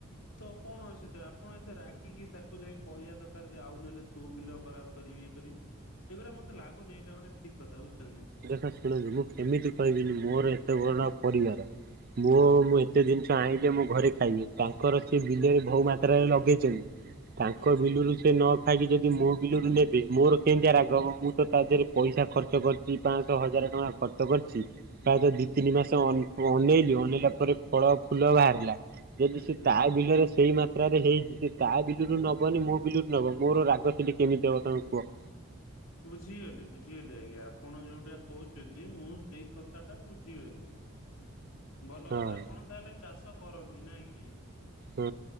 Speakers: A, on the left; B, on the right.
A: ତ କଣ ଅସୁବିଧା ଆପଣ ଏତେ ରାଗିକି ତାକୁ ଯାଇ କହିବା ଦରକାର ଯେ ଆଉ ନେଲେ ତୋ ବିଲ ଖରାପ କରିବି ଇଏ କରିବି ଏଗୁରା ମତେ ଲାଗୁନି ଏଇଟା ଗୋଟେ ଠିକ କଥା ବୁଝୁଛନ୍ତି
B: ଦେଖ ଶୁଣନ୍ତୁ ମୁଁ କେମିତି କହିବିନି ମୋର ଏତେ ବଡ ପରିବାର ମୋ
A: ହୁଁ
B: ମୁଁ ଏତେ ଜିନିଷ ଆଣିଲେ ମୁଁ ଘରେ ଖାଇବି ତାଙ୍କର ସେ
A: ହୁଁ
B: ବିଲରେ ବହୁ ମାତ୍ରାରେ ଲଗେଇଛନ୍ତି ତାଙ୍କ
A: ହୁଁ
B: ବିଲୁରୁ ସେ ନ ଖାଇକି ଯଦି ମୋ ବିଲରୁ ନେବେ ମୋର କେମିତିଆ ରାଗହବ ମୁଁ ତ ତା ଦେହରେ ପଇସା ଖର୍ଚ୍ଚ କରିି ଚି ପାଞ୍ଚଶହ ହଜାର ଟଙ୍କା ଖର୍ଚ୍ଚ କରିଛି
A: ହୁଁ
B: ପ୍ରାୟତଃ ଦ ତିନି ମାସ ଅନେ ଅନେଇଲି, ଅନେଇଲା ପରେ ଫଳ ଫୁଲ ବାହାରିଲା ଯଦି
A: ହୁଁ
B: ସେ
A: ହୁଁ।
B: ତା ବିଲରେ ସେଇ ମାତ୍ରାରେ ହେଇଛି, ସେ ତା ବିଲରୁ ନବନି ମୋ ବିଲୁରୁ ନବ ମୋର ରାଗ ସେଠି କେମିତି ହବ ତମେ କୁହ
A: ବୁଝିଗଲି ବୁଝିଗଲି ଆଜ୍ଞା ଆପଣ ଯୋଉଟା କହୁଛନ୍ତି ମୁଁ ସେଇ କଥା ଟା ବୁଝିଗଲି। ଭଲ
B: ହଁ।
A: କଥା ଆପଣ ତାହେଲେ ଚାଷ କରନ୍ତି ନାଁ କି?
B: ହଁ!